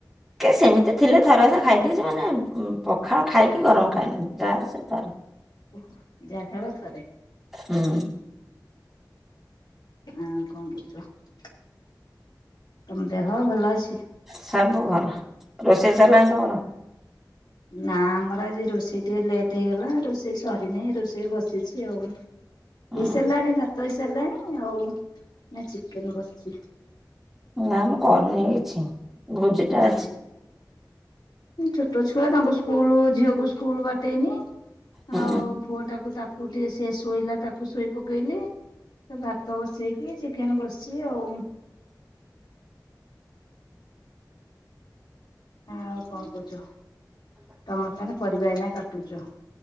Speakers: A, in the centre; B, on the left.
A: କେ ସେମିତି ଥିଲେ ଥରେ ଅଧେ ଖାଇଦିଏ ଯେ ମାନେ ଉଁ ପଖାଳ ଖାଇକି ଗରମ ଖାଇନି ଯାହା ସେ ସେ ଥରେ।
B: ଓହୋଃ ଯାହା ଖାଇବ ଥରେ।
A: ହୁଁ
B: ଆଉ କଣ କହୁଚ ତମ ଦେହ ଭଲ ଅଛି?
A: ସବୁ ଭଲ ରୋଷେଇ ସରିଲାଣି ତମର?
B: ନା ଆମର ଆଜି ରୋଷେଇ ଟିକେ ଲେଟ୍ ହେଇଗଲା ରୋଷେଇ ସରିନେଇଁ ରୋଷେଇ ବସିଛି ଆଉ।
A: ଉଁ
B: ହେଇ ସାରିଲାଣି ଭାତ ହେଇ ସାରିଲାଣି ଆଉ ନା ଚିକେନ ବସିଛି।
A: ନା ମୁଁ କରିନେଇଁ କିଛି। ଭୋଜିଟା
B: ଉଁ
A: ଅଛି
B: ହୁଁ। ଛୋଟ ଛୁଆ ତାଙ୍କ ସ୍କୁଲ ଝିଅକୁ ସ୍କୁଲ ବାଟେଇନି
A: ହୁଁ
B: ଆଉ ପୁଅ ଟାକୁ ତାକୁ ଟିକେ ସେ ଶୋଇଲା ତାକୁ ଶୋଇ ପକେଇଲି ସେ ଭାତ ବସେଇକି ଚିକେନ ବସିଛି ଆଉ। ହଁ ଆଉ କଣ କହୁଚ ତମର ତାନେ ପରିବା ଏଇନା କାଟୁଚ?